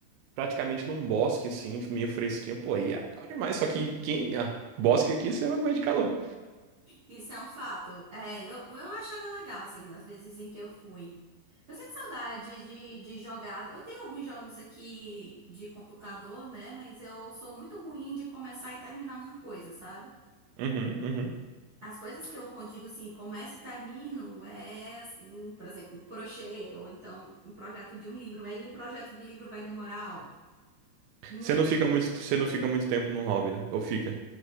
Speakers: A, on the right; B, on the right.
A: praticamente num bosque, assim, meio fresquinho. Pô, aí é calor demais. Só que quem. Ah, bosque aqui, você vai morrer de calor.
B: Isso é um fato. É, eu, eu achava legal, assim, nas vezes em que eu fui. Eu sinto saudade de, de jogar. Eu tenho alguns jogos aqui de computador, né? Mas eu sou muito ruim de começar e terminar uma coisa, sabe?
A: Uhum, uhum.
B: As coisas que eu con- digo assim, começo e termino, é, assim, por exemplo, um crochê, ou então um projeto de um livro. Aí o projeto do livro vai demorar, ó, muito.
A: Você não fica muito, você não fica muito tempo num hobby, né? Ou fica?